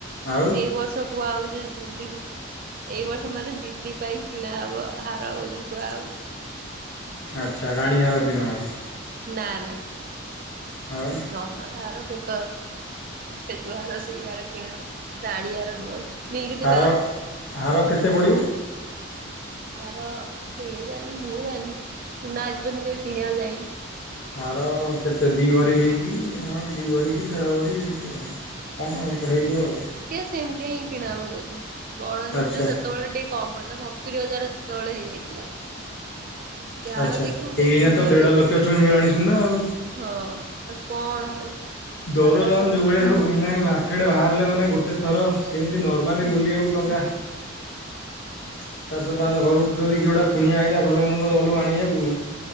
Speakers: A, on the left (about 60°); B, on the right (about 40°).
A: ଆଉ
B: ଏଇ ବର୍ଷ କୁହା ହଉଛି ଜୁଲି ଦିଦି ଏଇ ବର୍ଷ ମାନେ ଦିଦି ପାଇଁ କିଣା ହବ ହାର ବୋଲି କୁହାହଉଛି।
A: ଆଚ୍ଛା ରାଣୀ ହାର କିଣା ହେବ।
B: ନା ନା।
A: ଆଉ
B: ନର୍ମାଲ ହାର ବେକ ସେ ଯଉ ଆର ସେ ଆର କିଣା ହବ ରାଣୀ ହାର ନୁହଁ ମିଲକି
A: ହାର
B: ବା
A: ହାର କେତେ ପଡ଼ିବ?
B: ଆର କେଜାଣି ମୁଁ ଜାଣିନି ସୁନା ଆଜି ପର୍ଯ୍ୟନ୍ତ କେବେ କିଣିବାକୁ ଯାଇନି।
A: ହାର କେତେ ଦି ଭରି ହେଇକି ହଁ। କି ଭରିିକି ଦେ଼ଢ ଭରି ଏମିତି ଆ କଣ ହେଇଥିବ ଆଉ।
B: ସେମିତି ହିଁ କିଣା ହବ ବୋଧେ ବଡ଼ ଦିଦି
A: ଆଚ୍ଛା
B: ସେତେବେଳେ ଟି କମ ପଡିଲା ସତୁରି ହଜାର ସେତଳେ ହେଇଯାଇଥିଲା। ତହାର
A: ଆଚ୍ଛା
B: ଦେଖିବୁ କେତେ
A: ଏଇନା
B: ସୁନ୍ଦର
A: ତ ଦେଢ଼
B: ଦେଖଯ
A: ଲକ୍ଷ ଛୁଇଁଗଲାଣି ସୁନା ଆଉ
B: ହଁ ଆ କଣ
A: ଦରଦାମ
B: ବାବା ଘର
A: ଯେଉଁ ଭଳିଆ ସବୁ ହେଲାଣି ମାର୍କ ଏଇଟା ବାହାରିଲେ ମାନେ ଗୋଟେ ଥର ସେମିତି ନର୍ମାଲି ବୁଲିବାକୁ ଟଙ୍କା <unintelligible>
B: ହଁ।
A: କୁଣିଆ ଆଇଲା ଭଲ ମନ୍ଦ ଗଲୁ ଆଣିବାକୁ